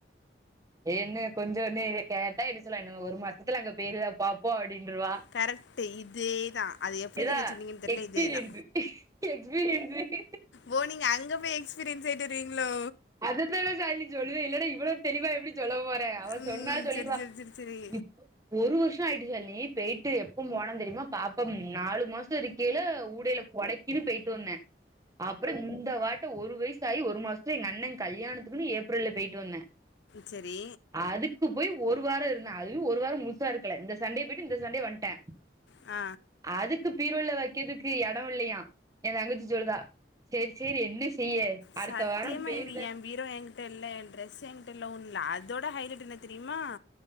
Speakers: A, on the right; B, on the left.
A: ஏன்னு கொஞ்சோன்னு கேட்டா என்ன சொல்வா இன்னு ஒரு மாசத்துல அங்க பேருவே பாப்போ அப்டின்ருவா
B: கரெக்ட்டு இதேதா அது எப்டி
A: இதா
B: நீங்க சொன்னீங்கன் தெர்ல
A: எக்ஸ்பீரியன்ஸு
B: இதேதா
A: எக்ஸ்பீரியன்ஸு
B: ஓ நீங்க அங்க போய் எக்ஸ்பீரியன்ஸ் ஆயிட்டு இருவீங்களோ
A: அதுந்தா சாலி சொல்லுவே இல்லனா இவலே தெளிவா எப்டி சொல்ல போறேன் அவன்
B: ம்
A: சொன்னா சொல்லிருவா
B: சரி சரி சரி சரி
A: இப் ஒரு வருஷம் ஆயிடுச்சால நீ போய்டிட்டு எப்பவும் போனா தெரியுமா பாப்பா நாலு மாசம் இருக்கேல கூடையில கொடைக்கின்னு போயிட்டு வந்தேன் அப்பறம் இந்த வாட்டை ஒரு வயசாகி ஒரு மாசத்துல எங் அண்ணன் கல்யாணத்துக்குன்னு ஏப்ரல்ல போய்ட்டு வந்தேன்
B: செரி
A: அதுக்கு போய் ஒரு வாரோ இருந்தா அதுயு ஒரு வாரம் முழுசா இருக்கல இந்த சண்டே போயிட்டு இந்த சண்டே வன்ட்டே
B: ஆ
A: அதுக்கு பீருள்ள வைக்கறதுக்கு எடோ இல்லையா என் தங்கச்சி சொல்றா செரி செரி என்ன செய்ய
B: சத்தியமா
A: வாரோ பேயிருவே
B: இ ஏ பீரோ ஏங்க்கிட்ட இல்ல ஏ ட்ரெஸ் ஏங்கிட்ட இல்ல ஓன் அதோட ஹைலைட் என்ன தெரிமா